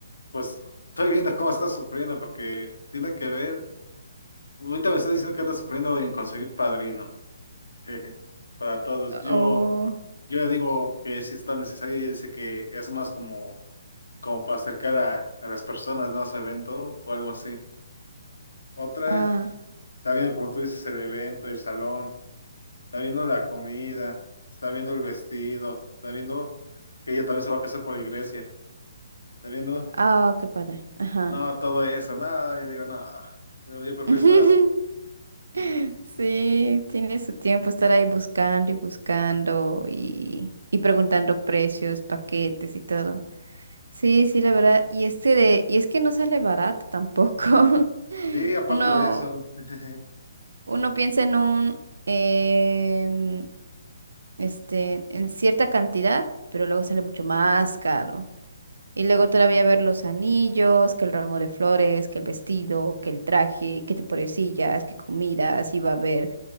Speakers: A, on the left; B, on the right.
A: pues estoy viendo cómo está sufriendo porque tiene que ver, ahorita me está diciendo que anda sufriendo en conseguir padrino <laughs> para todos.
B: Oh,
A: Yo, yo le digo que si es tan necesario, ella dice que es más como, como para acercar a, a las personas, ¿no? A su evento o algo así. Otra,
B: ah,
A: está viendo como tú dices el evento, el salón. está viendo la comida, está viendo el vestido, está viendo que ella también se va a casar por la iglesia, está viendo,
B: ah, qué padre. Ajá.
A: no, todo eso, no, yo digo, no, yo, yo prefiero
B: <laughs>
A: estar así.
B: <laughs> Sí, tiene su tiempo estar ahí buscando y buscando y, y preguntando precios, paquetes y todo. Sí, sí, la verdad. Y es que, de- y es que no sale barato tampoco. <laughs>
A: sí aparte
B: Uno,
A: de eso, <laughs>
B: uno piensa en un, em, este, en cierta cantidad, pero luego sale mucho más caro. Y luego todavía ver los anillos, que el ramo de flores, que el vestido, que el traje, que te pobrecillas, que comidas, y va a haber